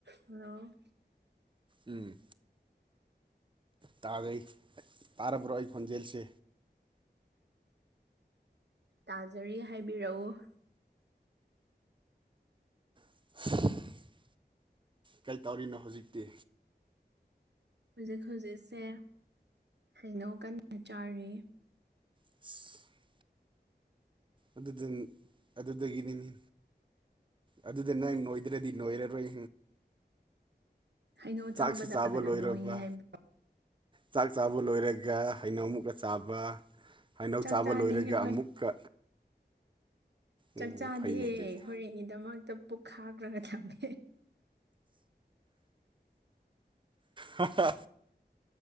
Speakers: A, on the right; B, on the right.
A: hello
B: ꯎꯝ ꯇꯥꯒꯩ ꯇꯥꯔꯕ꯭ꯔꯣ ꯑꯩ ꯈꯣꯟꯖꯦꯜꯁꯦ
A: ꯇꯥꯖꯔꯤ ꯍꯥꯏꯕꯤꯔꯧ
B: <inaudible> ꯀꯩ ꯇꯧꯔꯤꯅꯣ ꯍꯧꯖꯤꯛꯇꯤ
A: ꯍꯧꯖꯤꯛ ꯍꯧꯖꯤꯛꯁꯦ ꯍꯩꯅꯧ ꯀꯟꯅ ꯆꯥꯔꯤ
B: <unintelligible> ꯑꯗꯨꯗꯤꯟ ꯑꯗꯨꯗꯒꯤꯅꯤꯅ‌ꯦ ꯑꯗꯨꯗ ꯅꯪ ꯅꯣꯏꯗ꯭ꯔꯗꯤ ꯅꯣꯏꯔꯔꯣꯏ
A: ꯍꯩꯅꯧ
B: ꯆꯥꯛꯁꯨ
A: ꯆꯥꯕꯗ
B: ꯆꯥꯕ
A: ꯀꯅꯥ
B: ꯂꯣꯏꯔꯕ
A: ꯅꯣꯏꯌꯦ ꯍꯥꯏꯕ
B: ꯆꯥꯛ ꯆꯥꯕ ꯂꯣꯏꯔꯒ ꯍꯩꯅꯧ ꯑꯃꯨꯛꯀ ꯆꯥꯕ ꯍꯩꯅꯧ
A: ꯆꯥꯛ
B: ꯆꯥꯕ
A: ꯆꯥꯗꯦ
B: ꯂꯣꯏꯔꯒ
A: ꯑꯩꯈꯣꯏ
B: ꯑꯃꯨꯛꯀ
A: ꯆꯥꯛ
B: ꯑꯣ
A: ꯆꯥꯥꯗꯦ
B: ꯐꯩꯅꯦ ꯑꯗꯨꯗꯤ
A: ꯍꯣꯔꯦꯟꯒꯤꯗꯃꯛꯇ ꯄꯨꯛ ꯈꯥꯛꯔꯒ ꯊꯝꯃꯦ
B: ꯍꯥ ꯍꯥ